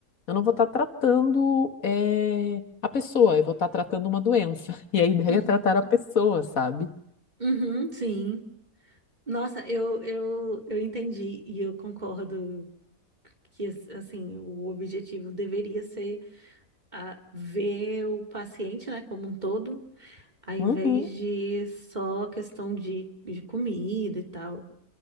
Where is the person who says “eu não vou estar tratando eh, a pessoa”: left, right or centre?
Left